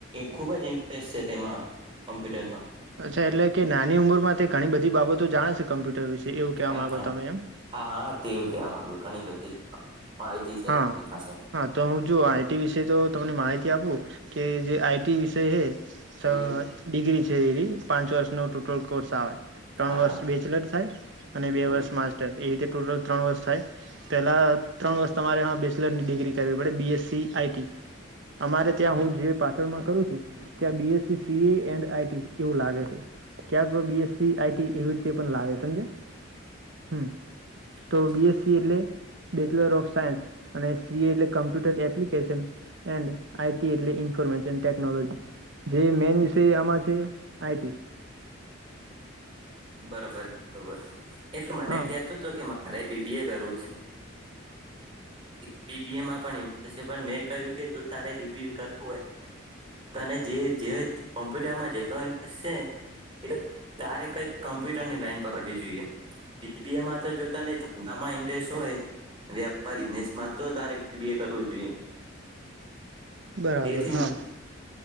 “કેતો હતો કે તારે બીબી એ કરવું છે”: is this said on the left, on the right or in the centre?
Right